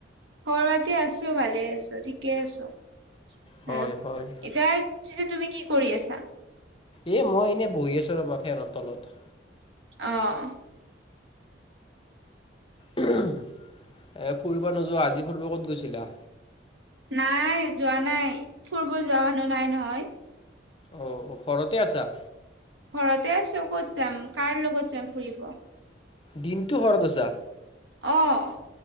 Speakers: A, on the right; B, on the left.
A: খবৰ পাতি আছোঁ ভালে আছোঁ ঠিকে আছোঁ আৰু
B: হয় হয়।
A: এতিয়া। পিছে তুমি কি কৰি আছা?
B: এই মই এনেই বহি আছোঁ ৰ'বা ফেনৰ তলত।
A: অঁ
B: এ ফুৰিব নোযোৱা, আজি ফুৰিব ক'ত গৈছিলা?
A: নাই যোৱা নাই, ফুৰিব যোৱা মানুহ নাই নহয়।
B: অঁ ঘৰতে আছা?
A: ঘৰতে আছোঁ ক'ত যাম কাৰ লগত যাম ফুৰিব।
B: দিনটো ঘৰত আছা?
A: অঁ।